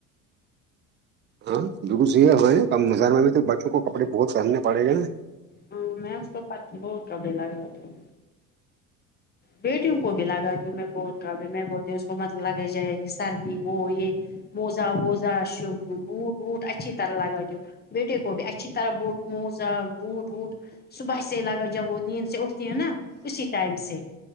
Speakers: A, on the right; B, on the left.
A: ہاں بالکل صحی ہوا کم مزار میں بھی تو بچوں کو کپڑے بہت پہننے پڑیں گے نا
B: ہاں میں اس تو پچ بہت کپے لگا ت بیٹیوں کو بھی لگای ہوں میں ب بھی میں بولتی ہوں اس کو مطلب لگی جائے گ سردی وہ یہ موزہ ووزہ ش بوٹ ووٹ اچھی طرح لگا دوں بیٹے قبی اسھی طرح بوٹ موزا بوٹ ٹوٹ صبح سے لگا جب وہ نیند سے اٹھتی ہے نا اسی ٹائم سے <unintelligible>